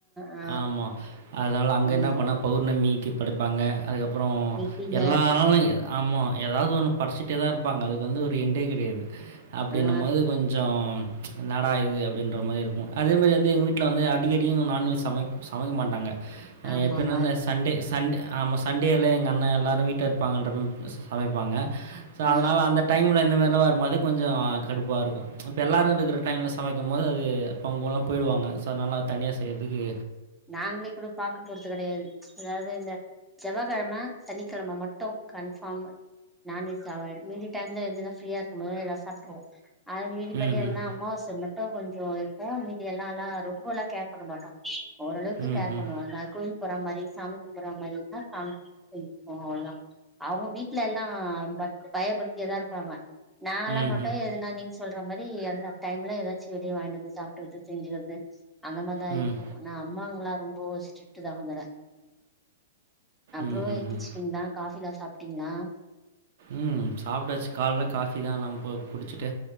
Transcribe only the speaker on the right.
ஆமா அதனால அங்க என்ன
பண்ண பௌர்ணமிக்கு படிப்பாங்க அதுக்கப்றோ
எல்லா நாளு ஏதாவது ஒன்னு படிச்சு கிட்டே தா இருப்பாங்க அதுக்கு வந்து ஒரு எண்டே கெடையாது அப்டின்னும்
போது கொஞ்சோ என்னடா இது அப்டின்ற மாரி இருக்கு அதேமாரி வந்து எங்க வீட்ல வந்து அடிக்கடிக்கு நான்வெஜ் சமைக் சமைக்க மாட்டாங்க அ
எப்படின்னா இந்த சண்டே சண்டே ஆமா சண்டேயில எங்க அண்ணே எல்லோரு வீட்ல இருப்பாங்கன்றது கோசோ சமைப்பாங்க சோ
அதனால அந்த டைம்ல இந்த மாரிலா வரும்போது கொஞ்சோ கடுப்பா இருக்கு எல்லாரு இருக்குற
டைம்ல சமைக்கும் போது அது அப்ப அவுங்கலா போயிடுவாங்க சோ அதனால அ தனியா செய்யறதுக்கு
ம்ஹ்ம்.
ம்ஹ்ம்.
ம்ஹ்ம்.
ம்.
ம்.
ம். ம்ஹ்ம்.
ம் சாப்டாச்சு கால்ல காஃபி தா நம்போ குடிச்சிட்டு